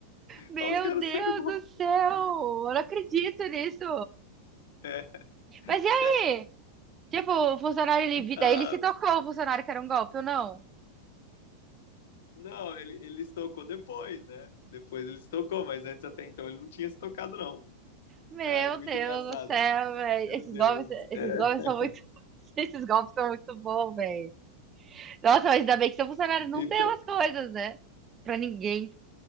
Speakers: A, on the right; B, on the left.
A: Meu
B: Aí os caras
A: Deus
B: saíram com...
A: do céu, eu não acredito nisso.
B: <laughs> É, é,
A: Mas
B: sério.
A: e aí? Tipo, o funcionário, ele,
B: Ah,
A: daí ele se tocou, o funcionário que era um golpe ou não?
B: Não, ele, ele se tocou depois, né? Depois ele se tocou, mas antes até então ele não tinha se tocado, não.
A: Meu
B: Ai, muito
A: Deus
B: engraçado,
A: do céu,
B: meu.
A: velho.
B: Meu
A: Esses
B: Deus.
A: golpes, esses
B: É.
A: golpes são muito. <laughs> Esses golpes são muito bons, velho. Nossa, mas ainda bem que seu funcionário não
B: Então,
A: deu as coisas, né? Pra ninguém.